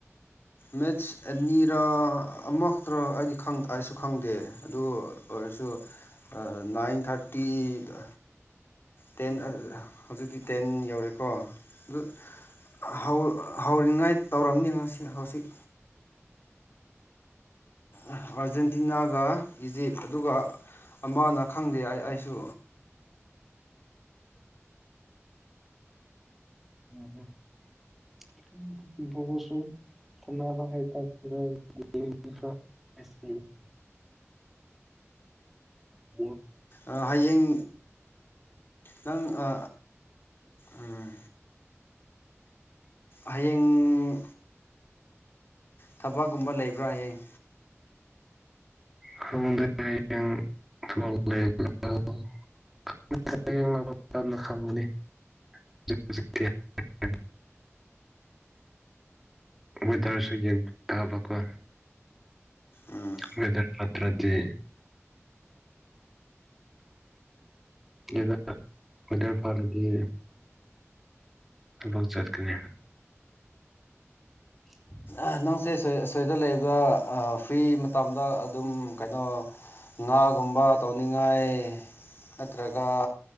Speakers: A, on the left; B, in the centre.
A: ꯃꯦꯠꯁ ꯑꯅꯤꯔꯥ ꯑꯃꯈꯛꯇ꯭ꯔ ꯑꯩꯗꯤ ꯈꯪ ꯑꯩꯁꯨ ꯈꯪꯗꯦ ꯑꯗꯨ ꯑꯣꯢ ꯑꯩꯁꯨ ꯑ ꯅꯥꯏꯟ ꯊꯥꯔꯇꯤꯗ ꯇꯦꯟ ꯍꯧꯖꯤꯛꯇꯤ ꯇꯦꯟ ꯌꯧꯔꯦꯀꯣ ꯑꯗꯨ ꯍꯧ ꯍꯧꯔꯤꯉꯥꯏ ꯇꯧꯔꯝꯅꯤ ꯉꯁꯤ ꯍꯧꯖꯤꯛ ꯑꯥꯔꯖꯦꯟꯇꯤꯅꯥꯒ ꯏꯖꯤꯞ ꯑꯗꯨꯒ ꯑꯃꯅ ꯈꯪꯗꯦ ꯑꯩ ꯑꯩꯁꯨ
B: <unintelligible> <unintelligible> <unintelligible>
A: ꯑ ꯍꯌꯦꯡ ꯅꯪ ꯑ ꯎꯝ ꯍꯌꯦꯡ ꯊꯕꯛ ꯒꯨꯝꯕ ꯂꯩꯕ꯭ꯔꯥ ꯍꯌꯦꯡ
B: ꯈꯪꯗꯦ ꯍꯌꯦꯡ ꯊꯕꯛ ꯂꯩꯕ꯭ꯔꯣ <unintelligible> ꯍꯣꯏ ꯇꯥꯔꯁꯨ ꯌꯦꯟ ꯇꯥꯕ ꯀꯣ
A: ꯎꯝ
B: ꯃꯦꯗ꯭ꯔꯠ ꯄꯇ꯭ꯔꯗꯤ ꯌꯥꯥꯗꯕ <unintelligible> ꯊꯕꯛ ꯆꯠꯀꯅꯤ <inaudible>
A: ꯑ ꯅꯪꯁꯦ ꯁꯦ ꯁꯩꯗ ꯂꯩꯕ ꯑ ꯐ꯭ꯔꯤ ꯃꯇꯝꯗ ꯑꯗꯨꯝ ꯀꯩꯅꯣ ꯉꯥ ꯒꯨꯝꯕ ꯇꯧꯅꯤꯡꯉꯥꯏ ꯅꯠꯇ꯭ꯔꯒꯥ